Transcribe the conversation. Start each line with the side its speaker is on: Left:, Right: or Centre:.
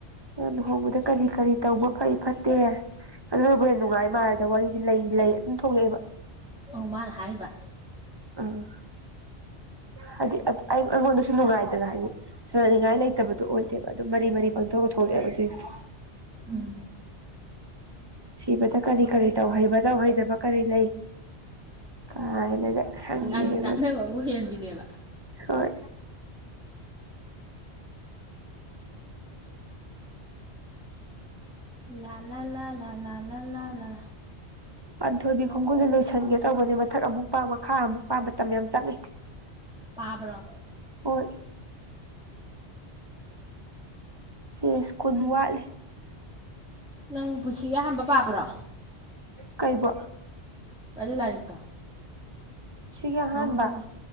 Right: ꯂꯨꯍꯣꯡꯕꯗ ꯀꯔꯤ ꯀꯔꯤ ꯇꯧꯕ ꯐꯩ ꯐꯠꯇꯦ ꯑꯗꯨꯅꯕꯨ ꯍꯦꯟ ꯅꯨꯡꯉꯥꯏ ꯃꯥꯜꯂꯦꯗ ꯋꯥꯔꯤꯁꯦ ꯂꯩ ꯂꯩ ꯑꯗꯨꯝ ꯊꯣꯛꯂꯛꯑꯦꯕ
Centre: ꯑꯣ ꯃꯥꯥꯅ ꯍꯥꯏꯔꯤꯕ
Right: ꯑꯥ ꯍꯥꯏꯗꯤ ꯑꯩ ꯑꯩꯉꯣꯟꯗꯁꯨ ꯅꯨꯡꯉꯥꯏꯗꯅ ꯍꯥꯏꯗꯤ ꯁꯟꯅꯤꯡꯉꯥꯏ ꯂꯩꯇꯕꯗꯨ ꯑꯣꯏꯗꯦꯕ ꯑꯗꯨꯝ ꯃꯔꯤ ꯃꯔꯤ ꯄꯥꯡꯊꯣꯛꯑ ꯊꯣꯛꯂꯛꯑꯦꯕ ꯑꯗꯨꯖꯤꯛ <unintelligible>
Centre: ꯎꯝ
Right: ꯁꯤꯕꯗ ꯀꯔꯤ ꯀꯔꯤ ꯇꯧꯍꯩꯕ ꯇꯧꯍꯩꯗꯕ ꯀꯔꯤ ꯂꯩ ꯀꯥꯏꯅꯒ ꯍꯪꯉꯦꯕ
Centre: ꯂꯥꯏꯔꯤꯛ
Right: ꯑꯩꯉꯣꯟꯗ
Centre: ꯇꯥꯛꯅꯕꯕꯨ ꯍꯦꯟꯕꯤꯅꯦꯕ
Right: ꯍꯣꯏ
Centre: ꯂꯥ ꯂꯥ ꯂꯥ ꯂꯥ ꯂꯥꯥ ꯂꯥ ꯂꯥꯥ ꯂꯥ
Right: ꯄꯥꯟꯊꯣꯏꯕꯤ ꯈꯣꯡꯒꯨꯜꯁꯦ ꯂꯣꯏꯁꯤꯟꯒꯦ ꯇꯧꯕꯅꯦ ꯃꯊꯛ ꯑꯃꯨꯛ ꯄꯥꯝ ꯃꯈꯥ ꯑꯃꯨꯛ ꯄꯥꯝ ꯃꯇꯝ ꯌꯥꯝ ꯆꯪꯉꯦ
Centre: ꯄꯥꯕ꯭ꯔꯣ
Right: ꯍꯣꯏ ꯄꯦꯁ ꯀꯨꯟ ꯋꯥꯠꯂꯤ
Centre: ꯅꯪ ꯄꯨꯟꯁꯤꯒꯤ ꯑꯍꯥꯟꯕ ꯄꯥꯕ꯭ꯔꯣ
Right: ꯀꯩꯕꯣ
Centre: ꯑꯗꯨ ꯂꯥꯏꯔꯤꯛꯇꯣ
Right: ꯄꯨꯟꯁꯤꯒꯤ ꯑꯍꯥꯟꯕ
Centre: ꯃꯃꯥꯡ